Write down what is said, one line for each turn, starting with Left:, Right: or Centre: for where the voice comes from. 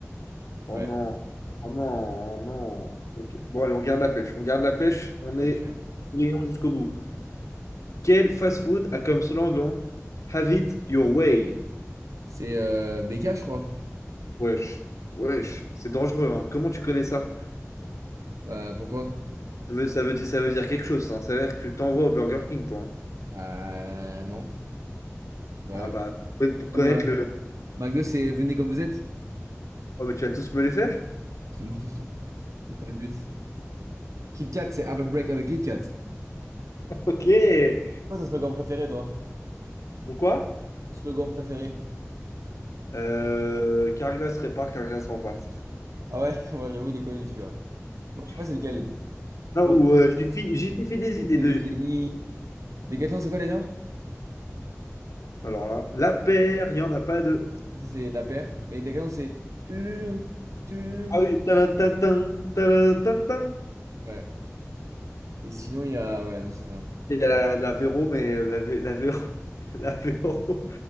Left: oh
Right: Ouais.
Left: non, oh non, oh non. Ok, bon, allez, on garde la pêche, on garde la pêche, on
Right: t'as pas
Left: est
Right: tué, hein.
Left: brillant jusqu'au bout. Quel fast-food a comme slogan Have it your way?
Right: C'est euh, BK, je crois.
Left: Wesh, wesh, c'est dangereux, hein. Comment tu connais ça?
Right: Bah pourquoi?
Left: Ça veut, ça veut dire, ça veut dire quelque chose, ça. Ça a l'air que tu t'envoies au Burger King, toi. hein.
Right: Bah non. Bah,
Left: Ah bah,
Right: je-
Left: pour, conna- pour connaître
Right: comme
Left: le...
Right: McDo, c'est venez comme vous êtes?
Left: Oh, mais tu vas tous me les faire?
Right: <laughs> Non, c'est pas le but. Kit Kat, c'est Have a break, have a Kit Kat.
Left: <laughs> Ok.
Right: Quoi ton slogan préféré, toi?
Left: Bon quoi?
Right: Ton slogan préféré?
Left: Euh, Carglass répare, Carglass remplace.
Right: Ah ouais, <laughs> moi j'avoue, il est connu celui-là. Moi, je sais pas
Left: <laughs>
Right: c'est lequel.
Left: Non,
Right: Je pense
Left: ou euh, j'y fi- j'y suis fait des
Right: que
Left: idées
Right: c'est
Left: de...
Right: des génies. Décathlon, c'est quoi déjà?
Left: Alors là, la paire, il n'y en a pas deux.
Right: Ça, c'est la paire. Mais Décathlon, c'est. Touloulou, touloulou.
Left: Ah oui, tadam, tadam, tadam, tadam, tadam.
Right: Ouais. Et sinon, il y a. Ouais, non, c'est ça.
Left: Il y a la, la Véro, mais euh, la, Vé- la Véro... <laughs> La Véro.